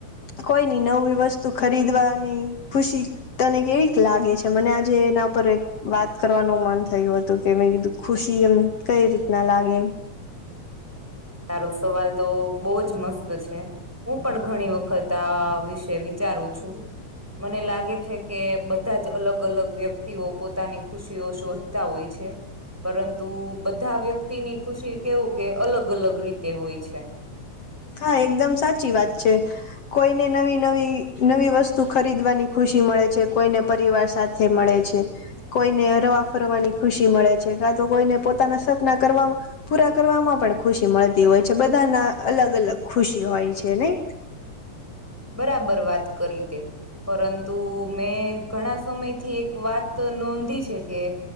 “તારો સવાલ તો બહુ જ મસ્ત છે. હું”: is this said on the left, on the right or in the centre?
Centre